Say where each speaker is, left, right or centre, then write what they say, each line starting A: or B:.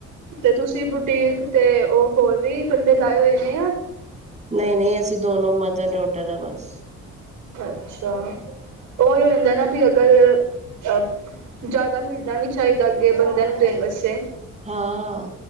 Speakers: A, on the right; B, on the right.
A: ਤੇ ਤੁਸੀਂ ਬੁਟੇਕ, ਤੇ ਉਹ ਹੋਰ ਵੀ ਬੰਦੇ ਲਾਏ ਹੋਏ ਨੇ ਆ।
B: ਨਹੀਂ-ਨਹੀਂ ਅਸੀਂ ਦੋਨੋ ਮਦਰ ਡੋਟਰ ਆ ਬਸ।
A: ਅੱਛਾ, ਉਹੀ ਹੁੰਦਾ ਨਾ ਵੀ ਅਗਰ ਅਹ ਜ਼ਿਆਦਾ ਮਿਲਣਾ ਵੀ, ਚਾਹੀਦਾ ਅੱਗੇ ਬੰਦਿਆਂ ਨੂੰ ਦੇਣ ਵਸਤੇ,
B: ਹਾਂ,